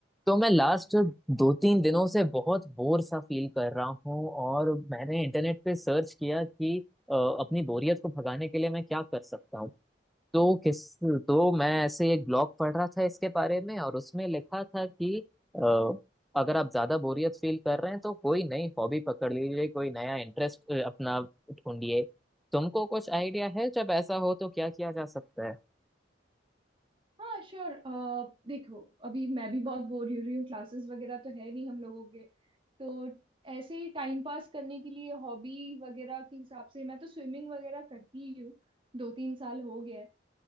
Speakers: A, in the centre; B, on the right.
A: तो मैं लास्ट दो तीन दिनों से बहुत बोर सा फील कर रहा हूँ और मैंने इंटरनेट पे सर्च किया कि अ, अपनी बोरियत को भगाने के लिए मैं क्या कर सकता हूँ तो किस तो मैं ऐसे एक ब्लॉग पढ़ रहा था इसके बारे में और उसमें लिखा था कि अ, अगर आप ज्यादा बोरियत फील कर रहे हैं तो कोई नई हॉबी पकड़ लीजिए कोई नया इंटरेस्ट अपना ढूंढिए तुमको कुछ आइडिया है जब ऐसा हो तो क्या किया जा सकता है
B: हाँ श्योर देखो अभी मैं भी बहुत बोर हो रही हूँ क्लासेस वगैरह तो है नहीं हम लोगों के तो ऐसे ही टाइम पास करने के लिए हॉबी वगैरह के हिसाब से मैं तो स्विमिंग वगैरह करती ही हूँ दो तीन साल हो गया है